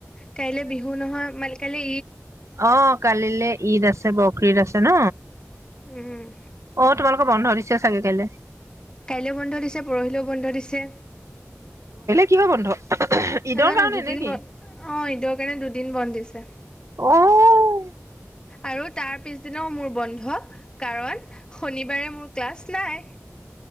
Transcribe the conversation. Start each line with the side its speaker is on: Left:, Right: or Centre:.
Left: কাইলে বিহু নহয় মান কালে
Right: অ কালিলে ঈদ আছে বকঈদ আছে ন
Left: উমম
Right: অ তোমালোকৰ বন্ধ দিছে চাগে কাইলে
Left: কাইলৈও বন্ধ দিছে পৰহিলেও বন্ধ দিছে
Right: কি হয় বন্ধ ঈদৰ
Left: নাজানো
Right: কাৰণে
Left: দুদিন
Right: নেকি
Left: ব অ এইঈদৰ কাৰণে দুদিন বন্ধ দিছে ছে
Right: আহ
Left: আৰু তাৰ পিছদিনাও মোৰ বন্ধ কাৰণ শনিবাৰে মোৰ ক্লাছ নাই